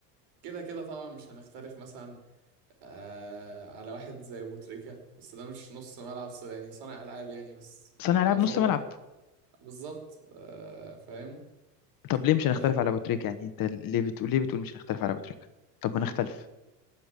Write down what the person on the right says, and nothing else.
كده كده طبعا مش هنختلف مثلا آه على واحد زي بوتريكا بس ده مش نص ملعب ص- يعني صانع العاب يعني بس
يعتبر
ده بالظبط آه فاهم
آه